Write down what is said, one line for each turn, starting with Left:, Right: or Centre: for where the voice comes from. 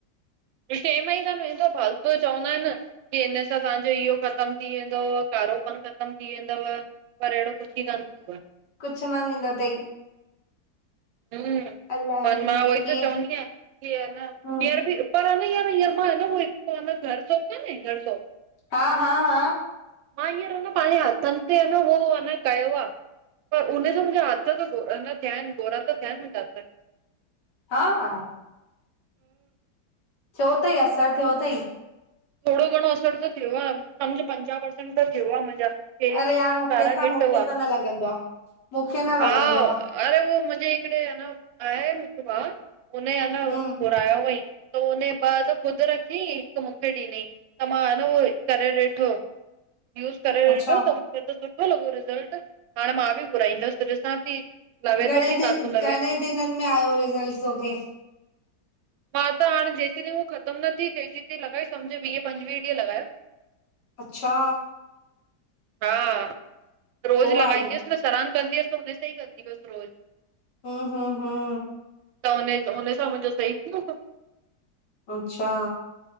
Right: टेम ई कान वेंदो फालतू चवंदा आहिनि की हिन सां तव्हांजो इहो ख़तम थी वेंदो कारोपन ख़तम थी वेंदव पर अहिड़ो कुझु ई कान थींदो आ
Left: कुछु न थींदो तई
Right: हुम्मम
Left: अलाए
Right: पर मां उहो ई
Left: कीअं
Right: त चवंदी आहियां की हान
Left: हम्म
Right: केर बि पर आन हीयंर हीयंर मां हु हिकु हान घर शॉप काने घर शॉप
Left: हा हा हा
Right: मां हींअर न पंहिंजे हथनि ते न उहो आ न कयो आहे पर उने ॼो मुंहिंजा हथ गोरा थिया आहिनि गोरा त थिया मुंहिंजा हथ
Left: हा थियो अथई असरु थियो तयी?
Right: थोडो घणो असरु त थियो आहे समझि पंजाहु परसेंट त थियो आहे मुंहिंजा। पहिरें
Left: अरे
Right: त
Left: यार
Right: मुंहिंजे हीअ
Left: मूंखे
Right: कारा
Left: त
Right: टीट
Left: मूंखे
Right: हुआ
Left: त न लॻंदो आ मूंखे न लॻंदो
Right: हा,
Left: आ
Right: अरे उहो मुंहिंजे हिकिड़े आन आए मुंहिंजो भाउ हुन अञां
Left: हम्म
Right: घुरायो हुअईं। त हुन ॿ त ख़ुद रखी हिकु मूंखे मूंखे ॾिनई त मां हान उहो करे ॾिठो यूज करे
Left: अच्छा
Right: ॾिठो त छो त सुठो लॻो रिजल्ट हाणे मां बि घुराईंदसि ॾिसां थी लॻे
Left: घणे
Right: थो की
Left: ॾि
Right: कान थो लॻे।
Left: घणे ॾिननि में आयो रिजल्ट तोखे?
Right: मां त हाणे जेतिरी हू ख़तमु न थी तेसीं ताईं लगाई समझि वीहं-पंजवीह ॾींहं लॻायो।
Left: अच्छा
Right: हा, रोज़
Left: पो
Right: लॻाईंदी
Left: आई
Right: हुअसि न सनानु कंदी हुअसि त हुन सां ई कंदी हुअसि रोज़।
Left: हममम
Right: त हुने हुने सां मुंहिंजो सही थी वयो सभु।
Left: अच्छा